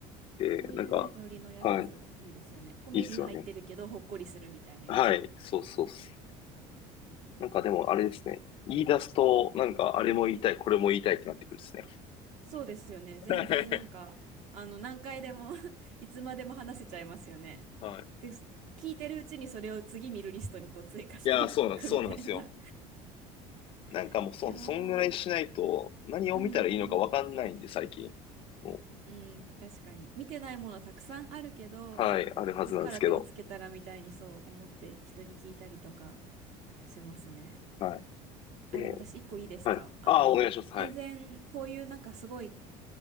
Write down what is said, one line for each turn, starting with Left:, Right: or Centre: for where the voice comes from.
Left: で、
Right: こういうね、
Left: なんか、
Right: ノリのやつ、
Left: はい。
Right: いいですよね。コメディ入ってるけど、
Left: いいっすよね。
Right: ほっこりするみたいなやつ。
Left: はい。そうそうっす。なんかでもあれですね。言い出すと、なんかあれも言いたい、
Right: うん
Left: これも言いたいってなってくるですね。
Right: そうですよね。全然なんか、
Left: はい
Right: あの、何回でも <laughs> いつまでも話せちゃいますよね。
Left: はい。
Right: で、す聞いてるうちにそれを次見るリストにこう追加していくみたいな。
Left: いやー、そうなん、そうなんですよ。なんかもうそ、
Right: <laughs> いやー、
Left: そんぐらいしないと、何を見たらいいのかわかんないんで、
Right: うんうん。
Left: 最近。も
Right: うん、確かに。見てないものたくさんあるけど、
Left: はい、あるはずなんですけど。
Right: どっから手をつけたらみたいにそう思って人に聞いたりとかしますね。
Left: はい。で
Right: あ、でも私一個いいですかあの、
Left: はい。ああ、お願いします。はい。
Right: 全然こういうなんかすごい